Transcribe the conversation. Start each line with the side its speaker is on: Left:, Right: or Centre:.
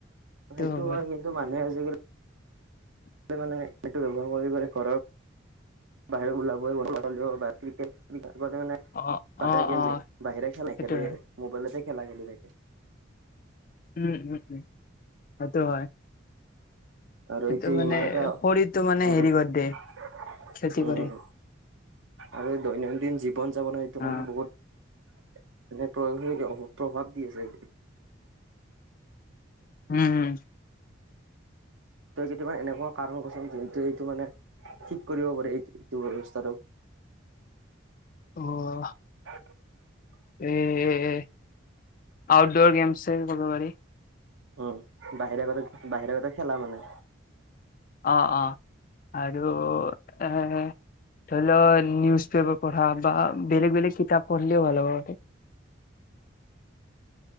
Right: সেইটো
Left: হ'ব
Right: হয়
Left: আৰু
Right: কিন্তু মানুহে আজিকালি মানে ইটো ব্যৱহাৰ কৰি কৰি ঘৰত বাহিৰ ওলাবই <inaudible> মানে
Left: অ
Right: বাহ
Left: অ
Right: গেম
Left: অ
Right: বাহিৰে খেলা
Left: সেইটো
Right: খেলে
Left: হয়
Right: মোবাইলতে খেলা খেলি থাকে
Left: উম উম উম সটো হয়
Right: আৰু
Left: সেইটো
Right: এইটো
Left: মানে
Right: ইমান এটা
Left: শৰীৰটো মানে
Right: উম
Left: হেৰি
Right: উম
Left: কৰি দিয়ে ক্ষতি কৰে
Right: আৰু দৈনন্দিন জীৱন যাপন এইটো
Left: অ
Right: মানে বহুত মে প্ৰদ প্ৰভাৱ দিয় আছে এটো
Left: উম
Right: তই যদি ইটা এনেকুৱা কাৰণ কৈছ যোনটো এইটো মানে ঠিক কৰিব পাৰে এই এইটো ব্যৱস্থাটো
Left: অ
Right: <unintelligible>
Left: উম্ আউটডৰ গেমছেম কৰিব পাৰি
Right: উম বাহিৰা গতে বাহিৰা গতে খেলা মানে
Left: অঁ অঁ আৰু এ ধৰি লও নিউজ পেপাৰ পঢ়া বা বেলেগ বেলেগ কিতাপ পঢ়িলও ভাল হবতে
Right: অ